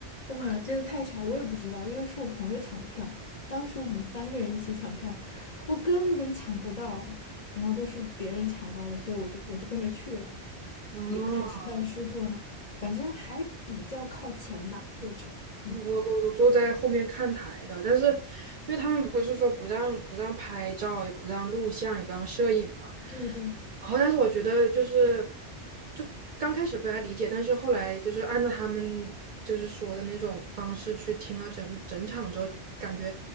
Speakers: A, on the left (about 45°); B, on the right (about 55°).
A: 哇，真的太巧，我也不知道，因为是我朋友抢的票，当时我们三个人一起抢票，我根本抢不到，然后都是别人抢到的，所以我就我就跟着去了，
B: 哦，
A: 也不太知道是坐哪儿，反正还比较靠前吧，位置，嗯，
B: 我我我我坐在后面看台的，但是因为他们不是说不让不让拍照，也不让录像，也不让摄影嘛。
A: 对对。
B: 然后，但是我觉得就是就刚开始不太理解，但是后来就是按照他们就是说的那种方式去听了整整场之后，感觉